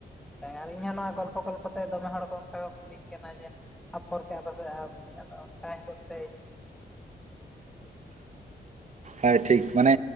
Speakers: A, in the centre; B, on the right.
A: ᱟᱨ ᱤᱧᱦᱚᱸ ᱱᱚᱣᱟ ᱜᱚᱞᱯᱷᱚ ᱜᱚᱞᱯᱷᱚ ᱛᱮ ᱫᱚᱢᱮ ᱦᱚᱲ ᱠᱚ ᱚᱱᱠᱟ ᱠᱚ ᱠᱩᱞᱤᱧ ᱠᱟᱱᱟ ᱡᱮ ᱟᱯᱷᱚᱨ ᱠᱮᱜᱼᱟ ᱯᱮ ᱥᱮ ᱟᱣᱨᱤ ᱟᱫᱚ ᱚᱱᱠᱟ ᱦᱤᱥᱟᱹᱵ ᱛᱮ ᱤᱧ <inaudible>
B: ᱟ ᱴᱷᱤᱠ᱾ ᱢᱟᱱᱮ